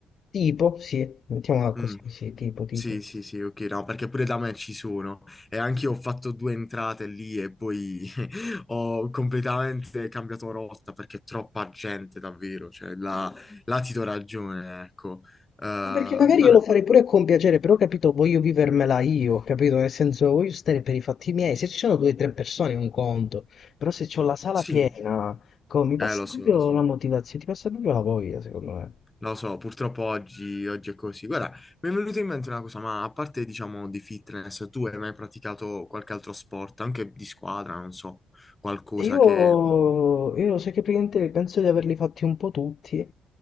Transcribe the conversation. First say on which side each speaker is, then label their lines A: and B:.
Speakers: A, on the left; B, on the left.
A: Tipo, sì, mettiamola così,
B: Mm.
A: sì, tipo, tipo.
B: Sì, sì, sì, ok, no, perché pure da me ci sono e anche io ho fatto due entrate lì e poi <laughs> ho completamente cambiato rotta perché è troppa gente davvero, cioè là, là ti do ragione, ecco. Ehm,
A: Ma Perché magari
B: guarda,
A: io lo farei pure con piacere, però capito, voglio vivermela io, capito? Nel senso, voglio stare per i fatti miei. Se ci sono due o tre persone è un conto, però se c'ho la sala
B: sì,
A: piena, co- mi passa
B: eh, lo so,
A: proprio
B: lo so,
A: la motivazione, ti passa proprio la voglia, secondo me.
B: lo so, purtroppo oggi, oggi è così. Guarda, mi è venuta in mente una cosa, ma a parte diciamo di fitness, tu hai mai praticato qualche altro sport, anche di squadra, non so, qualcosa
A: E Io,
B: che...
A: io sai che praticamente penso di averli fatti un po' tutti, eh.